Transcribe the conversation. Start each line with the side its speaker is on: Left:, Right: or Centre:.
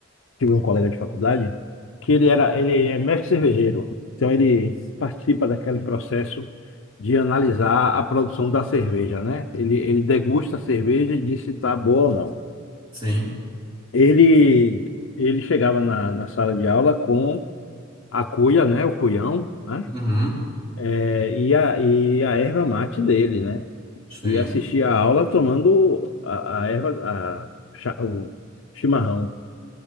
Left: tive um colega de faculdade que ele era, ele é mestre cervejeiro. Então ele participa daquele processo de analisar a produção da cerveja, né? Ele, ele degusta a cerveja e diz se está boa ou não.
Right: Sim.
Left: Ele, ele chegava na, na sala de aula com a cuia, né? O cuião, né?
Right: Uhum.
Left: É, e a, e a erva mate dele, né?
Right: Sim.
Left: E assistia a aula tomando a, a erva, a, cha- o chimarrão.